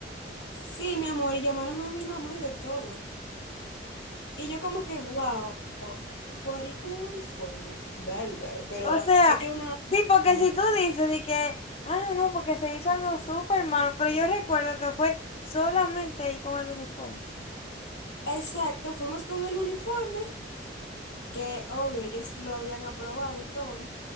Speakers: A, on the left; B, on the left.
A: Sí, mi amor, y llamaron a mi mamá y de todo. Y yo como que, wow, por ir con un uniforme, bárbaro, pero
B: O sea,
A: es que uno no lo entendía.
B: sí, porque si tú dices de que, ah, no, porque se hizo algo súper malo, pero yo recuerdo que fue solamente ahí con el uniforme.
A: Exacto, fuimos con el uniforme, que obvio ellos lo habían aprobado y todo.